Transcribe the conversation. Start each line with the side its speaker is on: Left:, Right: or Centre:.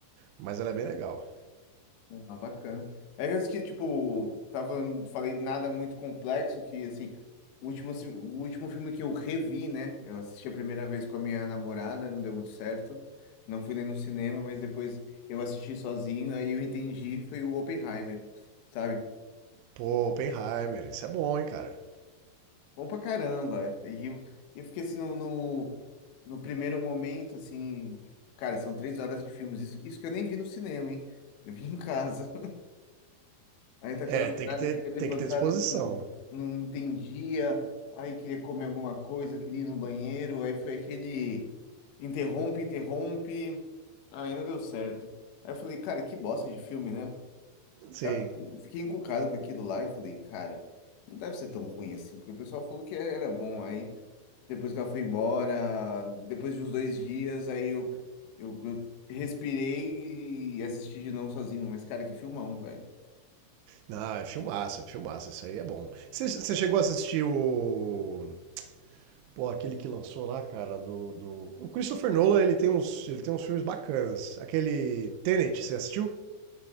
Right: Mas ela é bem legal.
Left: Ah, bacana. É que, eu acho que, tipo, tava falando, falei nada muito complexo, que, assim, o último, ci- o último filme que eu revi, né? Eu assisti a primeira vez com a minha namorada, não deu muito certo. Não fui nem no cinema, mas depois eu assisti sozinho, aí eu entendi, foi o Oppenheimer, sabe?
Right: Pô, Oppenheimer, isso é bom, hein, cara.
Left: Bom pra caramba. E eu, eu fiquei assim no, no, no primeiro momento, assim, tipo, cara, são três horas de filmes. Isso, isso que eu nem vi no cinema, hein? Eu vi em casa. <laughs> Aí tá
Right: É,
Left: com a namorada
Right: tem que ter,
Left: que ia levantar,
Right: tem que ter disposição.
Left: não entendi- não entendia. Aí queria comer alguma coisa, queria ir no banheiro. Aí foi aquele interrompe, interrompe. Aí não deu certo. Aí eu falei, cara, que bosta de filme, né?
Right: Sim.
Left: Aí eu Fiquei encucado com aquilo lá e falei, cara, não deve ser tão ruim assim, porque o pessoal falou que era bom. Aí. Depois que ela foi embora, depois de uns dois dias, aí eu, eu, eu respirei e assisti de novo sozinho. Mas, cara, que filmão, velho.
Right: Não, é filmaço, é filmaço, isso aí é bom. Você você chegou a assistir o Pô, aquele que lançou lá, cara, do, do... O Christopher Nolan, ele tem uns, ele tem uns filmes bacanas. Aquele Tenet, você assistiu?